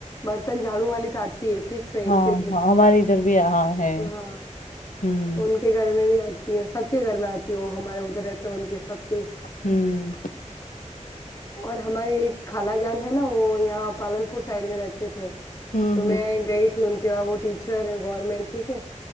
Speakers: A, on the left (about 30°); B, on the left (about 85°).
A: برتن جھاڑو والی تھا <inaudible> فکس ہے ان
B: ہاں
A: کے
B: ہاں ہمارے ادھر بھی ہاں ہے
A: ہاں
B: ہوں
A: ان کے گھر میں بھی <inaudible> تی ہے سب کے گھر میں آتی وہ ہمارے ادھر رہتے ہیں ان کے حساب کے <inaudible>
B: ہوں
A: اور ہماراری خالا جان ہے نا وہ یہاں پالن پ سائڈ میں رہتے تھے
B: ہوں
A: تو میں گئی تھی ان <unintelligible> جا وہ ٹیچر ہے گورنمنٹ <unintelligible> ٹھیک ہے